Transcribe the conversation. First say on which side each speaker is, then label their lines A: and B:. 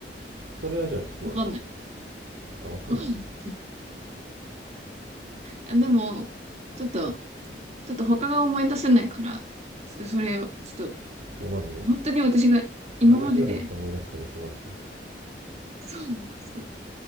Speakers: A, on the right; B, on the right.
A: それはじゃあ聞くわ
B: い。わかんない。
A: あ分かんない、
B: わかんないあでも、ちょっと、ちょっと他が思い出せないから、ちょっとそれを、ちょっと、
A: まあ、まずね
B: 本当に私が今までで、
A: 話しながらちょっと思い出す可能性もあるしね
B: そう、そう